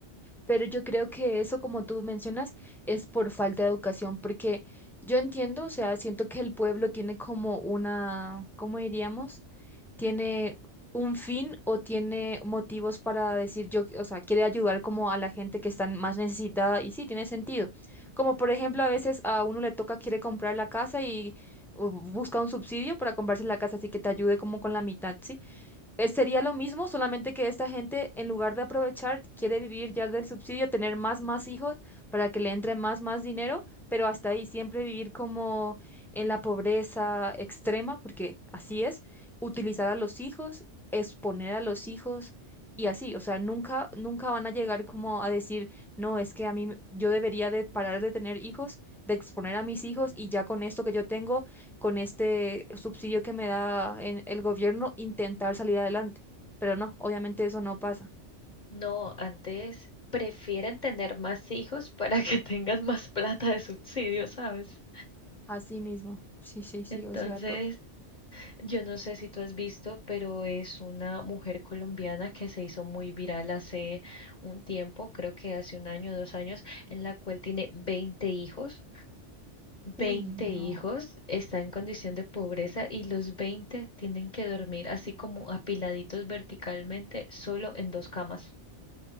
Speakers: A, in the centre; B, on the left.
A: Pero yo creo que eso, como tú mencionas, es por falta de educación, porque yo entiendo, o sea, siento que el pueblo tiene como una, ¿cómo diríamos? Tiene un fin o tiene motivos para decir yo, o sea, quiere ayudar como a la gente que está más necesitada y sí, tiene sentido. Como por ejemplo, a veces a uno le toca, quiere comprar la casa y o busca un subsidio para comprarse la casa, así que te ayude como con la mitad, ¿sí? Eh, Sería lo mismo, solamente que esta gente, en lugar de aprovechar, quiere vivir ya del subsidio, tener más, más hijos para que le entre más, más dinero, pero hasta ahí siempre vivir como en la pobreza extrema, porque así es, utilizar a los hijos, exponer a los hijos y así, o sea, nunca, nunca van a llegar como a decir, no, es que a mí me- yo debería de parar de tener hijos, de exponer a mis hijos y ya con esto que yo tengo con este subsidio que me da en el gobierno, intentar salir adelante. Pero no, obviamente eso no pasa.
B: No, antes prefieren tener más hijos para que <laughs> tengan más plata de subsidio, ¿sabes?
A: Así mismo. Sí, sí, sí,
B: Entonces,
A: o sea, todo.
B: yo no sé si tú has visto, pero es una mujer colombiana que se hizo muy viral hace un tiempo, creo que hace un año dos años, en la cual tiene 20 hijos. veinte
A: Uy, no.
B: hijos, está en condición de pobreza y los 20 tienen que dormir así como apiladitos verticalmente, solo en dos camas.